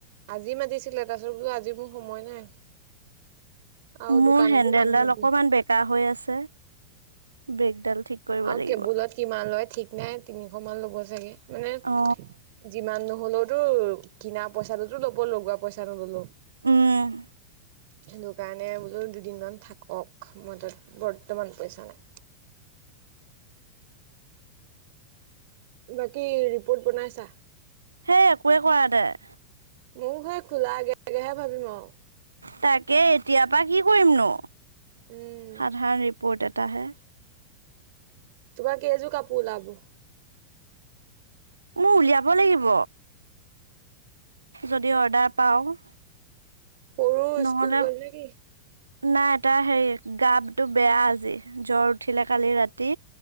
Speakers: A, on the right (about 50°); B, on the right (about 80°).
A: আজি মাতিছিলে, তাৰপিছত বোলো আজি মোৰ সময় নাই। আৰু
B: মোৰ
A: দোকানতো
B: হেন্দেলডাল
A: মানুহ
B: অকমান বেকা হৈ আছে, ব্ৰেকডাল ঠিক কৰিব
A: আৰু
B: লাগিব।
A: কেবুলত কিমান লয় ঠিক নাই, তিনিশ মান ল'ব চাগে মানে
B: অ
A: যিমান নহ'লেওতো কিনা পইচাটোতো ল'ব, লগোৱা পইচা নল'লেও।
B: উম'
A: সেইটো কাৰণে বোলো দুদিনমান থাকক, মোৰ হাতত বৰ্তমান পইচা নাই। বাকী ৰিপৰ্ট বনাইছা?
B: সেই একোৱেই কৰা নাই।
A: মোৰ হে খোলা আগে আগেহে ভাবিম আৰু।
B: তাকে এতিয়াৰ পৰা কি কৰিম নো,
A: উম
B: সাধাৰণ ৰিপৰ্ট এটাহে।
A: তোমাৰ কেইযোৰ কাপোৰ ওলাব?
B: মোৰ উলিয়াব লাগিব, যদি অৰ্ডাৰ পাওঁ।
A: সৰু
B: নহ'লে
A: স্কুল গ'ল নেকি
B: নাই এটা হেৰি গাটো বেয়া আজি, জ্বৰ উঠিলে কালি ৰাতি।